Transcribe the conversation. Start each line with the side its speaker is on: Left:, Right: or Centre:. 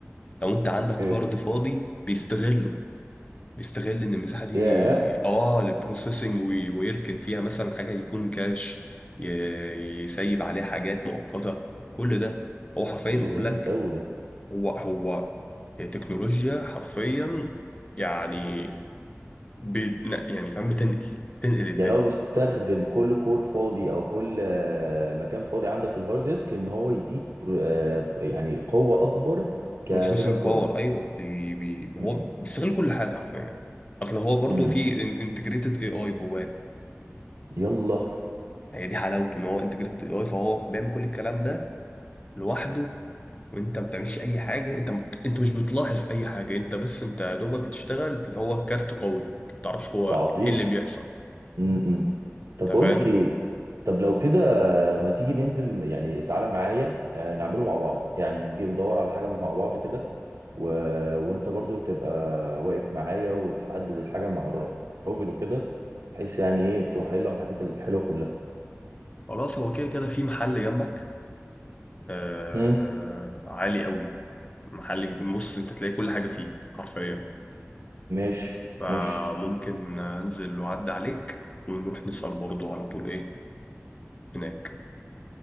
Left: لو انت عندك
Right: اوكي
Left: هارد فاضي بيستغله بيستغل ان المساحه دي
Right: ياه
Left: اه للبروسيسنج وي- ويركن فيها مثلا حاجه يكون كاش ي- يسيب عليها حاجات مؤقته كل ده هو حرفيا
Right: ده
Left: بقول
Right: جامد
Left: لك
Right: قوي ده
Left: هو هو تكنولوجيا حرفيا يعني بي ن- يعني فاهم بتنقل بتنقل الدنيا
Right: يعني هو بيستخدم كل كور فاضي او كل آه، مكان فاضي عندك في الهارد ديسك ان هو يديك برو- آه، يعني قوه اكبر كفيجا
Left: بروسيسنج
Right: كارد
Left: باور ايوه بي بي هو
Right: امم
Left: بيستغل كل حاجه حرفيا اصل هو برضو
Right: امم
Left: في انتجريتد اي اي جواه
Right: يلا
Left: هي دي حلاوته ان هو انتجريتد اي اي فهو بيعمل كل الكلام ده لوحده وانت ما بتعملش اي حاجه انت مت... انت مش بتلاحظ اي حاجه انت بس انت يا دوبك بتشتغل هو الكارت قوي انت ما بتعرفش هو
Right: ده عظيم
Left: ايه اللي بيحصل
Right: امم امم. طب
Left: انت
Right: بقول
Left: فاهم
Right: لك ايه طب لو كده ما تيجي ننزل يعني تعالى معايا آه، نعمله مع بعض يعني نجي ندور على حاجة مع بعض كده و... وانت برضو تبقى واقف معايا وتحدد الحاجة مع الراجل وكده بحيث يعني ايه تروح قايل له على الحاجات الحلوة كلها
Left: خلاص هو كده كده في محل جنبك آه...
Right: امم
Left: عالي قوي محل كبير. بص انت تلاقي كل حاجه فيه حرفيا
Right: ماشي
Left: فممكن
Right: ماشي
Left: انزل واعدي عليك ونروح نسال برضه على طول ايه هناك